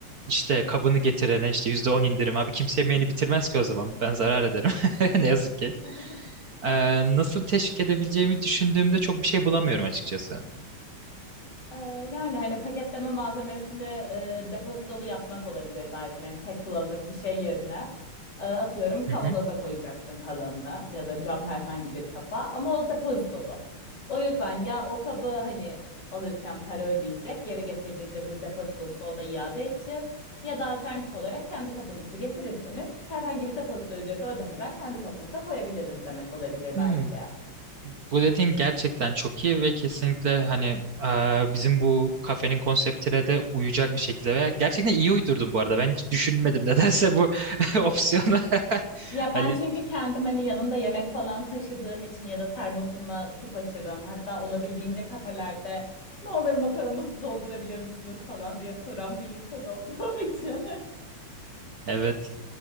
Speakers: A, on the right; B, on the left.
A: işte kabını getirene işte %10 indirim. Abi kimse yemeğini bitirmez ki o zaman. Ben zarar ederim. <laughs> Ne yazık ki.
B: <laughs>
A: Ee, nasıl teşvik edebileceğimi düşündüğümde çok bir şey bulamıyorum açıkçası.
B: Ee, yani hani paketleme malzemesini e, depozitolu yapmak olabilir belki. Yani tek kullanımlık bir şey yerine e, atıyorum kavanoza
A: Hı hı.
B: koyacaksın kalanını ya da cam herhangi bir kapa ama o depozitolu. O yüzden ya o kabı hani alırken para ödeyecek, geri getirdiğinde biz depozitosunu o da iade edeceğiz. Ya da alternatif olarak kendi kabınızı getirirseniz herhangi bir depozito ücreti ödemeden kendi kabınıza koyabiliriz demek olabilir belki.
A: Hmm, bu dediğin gerçekten çok iyi ve kesinlikle hani e, bizim bu kafenin konseptine de uyacak bir şekilde veya gerçekten iyi uydurdun bu arada. Ben hiç düşünmedim nedense bu <laughs> opsiyonu. <laughs>
B: Ya ben
A: Hani
B: çünkü kendim hani yanımda yemek falan taşıdığım için ya da termosumla su taşırım. Hatta olabildiğince kafelerde ne olur matarama su doldurabilir misiniz falan diye soran bir insan olduğum <laughs> için.
A: Evet.